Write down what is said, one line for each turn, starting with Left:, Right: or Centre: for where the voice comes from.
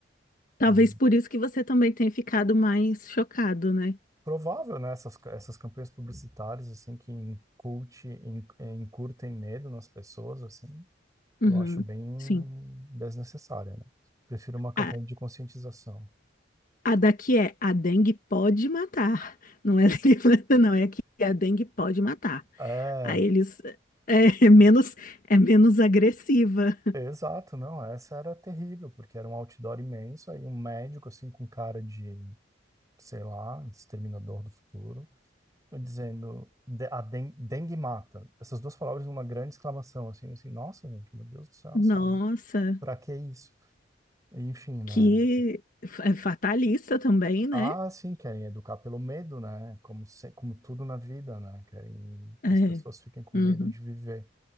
Left: Talvez
Right: E
Left: por isso que você também tenha ficado mais chocado, né?
Right: provável, né? Essas, essas campanhas publicitárias, assim, que inculte, in- incutem medo nas pessoas, assim,
Left: Uhum.
Right: eu acho bem
Left: Sim.
Right: desnecessária, né? Prefiro uma campanha
Left: A,
Right: de conscientização.
Left: a daqui é a dengue pode matar. Não é <laughs> daqui, não, é que a dengue pode matar.
Right: É,
Left: Aí eles é, <laughs> é menos é menos agressiva.
Right: Exato, não, essa era terrível, porque era um outdoor imenso, aí um médico, assim, com cara de, sei lá, exterminador do futuro, dizendo, "De- a den- dengue mata. Essas duas palavras numa grande exclamação, assim, assim, nossa, gente, meu Deus do céu,
Left: Nossa,
Right: sabe? Pra que isso? Enfim, né?
Left: que f- é fatalista também, né?
Right: Ah, sim, querem educar pelo medo, né? Como, se, como tudo na vida, né? Querem
Left: É.
Right: que as pessoas fiquem com
Left: Uhum,
Right: medo de viver.